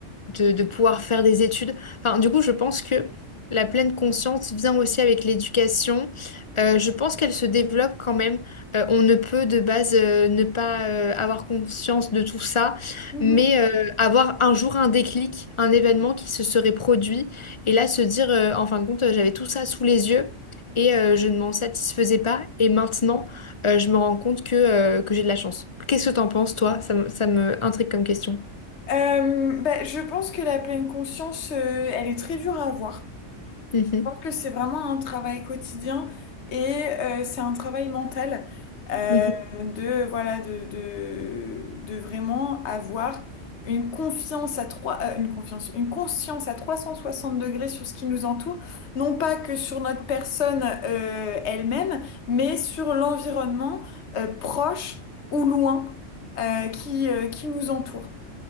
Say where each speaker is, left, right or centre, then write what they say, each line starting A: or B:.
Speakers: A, on the left; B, on the left.
A: de, de pouvoir faire des études. Enfin, du coup, je pense que la pleine conscience vient aussi avec l'éducation. Euh, je pense qu'elle se développe quand même. Euh, on ne peut de base euh, ne pas euh, avoir conscience de tout ça,
B: mhm.
A: mais euh, avoir un jour un déclic, un événement qui se serait produit, et là se dire, euh, en fin de compte, euh, j'avais tout ça sous les yeux. Et euh, je ne m'en satisfaisais pas. Et maintenant, euh, je me rends compte que, euh, que j'ai de la chance. Qu'est-ce que t'en penses, toi? Ça me, ça me intrigue comme question.
B: Euh, bah, je pense que la pleine conscience, euh, elle est très dure à avoir.
A: Mhm,
B: pense que c'est vraiment un travail quotidien et euh, c'est un travail mental euh,
A: mhm.
B: de voilà de, de, de vraiment avoir une confiance à trois euh, une confiance une conscience à 360 degrés sur ce qui nous entoure non pas que sur notre personne euh, elle-même mais sur l'environnement euh, proche ou loin euh, qui euh, qui nous entoure